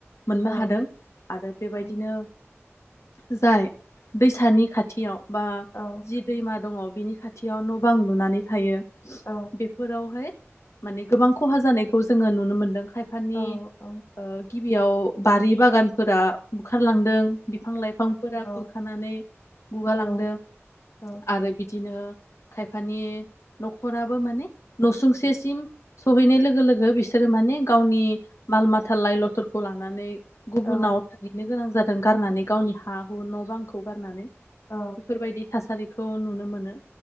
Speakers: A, on the left; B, on the left.
A: मोननो
B: औ
A: हादों बेबायदिनो
B: औ
A: जाय दैसानि खाथियाव बा
B: औ
A: जि दैमा दङ बिनि खाथियाव न' बां लुनानै थायो
B: औ
A: बेफोरावहाय माने गोबां खहा जानायखौ जोङो नुनो मोनदों खायफानि
B: औ औ
A: ओ गिबियाव बारि बागान फोरा बुखारलांदों बिफां लाइफांफोरा
B: औ
A: खुरखानानै गुगालांदों
B: औ औ
A: आरो बिदिनो खायफानि न'खराबो माने न'सुंसेसिम सहैनाय लोगो लोगो बिसोरो माने गावनि माल माथा लाइ लथरखौ लानानै गुबुनाव
B: औ
A: थाहैनो गोनां जा दों गारनानै गावनि हा हु न' बांखौ गारनानै
B: औ
A: बेफोरबायदि थासारि खौ नुनो मोनो